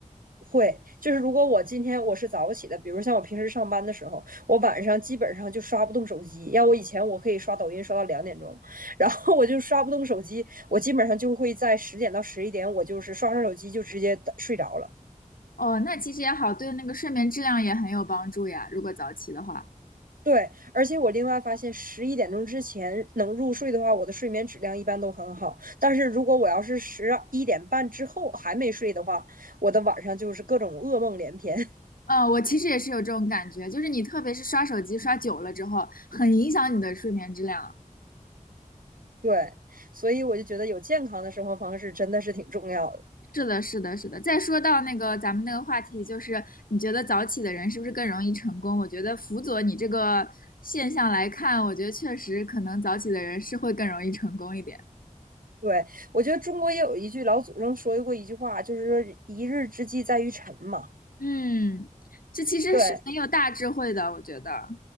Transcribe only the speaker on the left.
哦，那其实也好，对那个睡眠质量也很有帮助呀。如果早起的话，
嗯，我其实也是有这种感觉，就是你特别是刷手机刷久了之后，很影响你的睡眠质量。
是的，是的，是的。再说到那个咱们那个话题，就是你觉得早起的人是不是更容易成功？我觉得辅佐你这个现象来看，我觉得确实可能早起的人是会更容易成功一点。
嗯，这其实是很有大智慧的，
我觉得。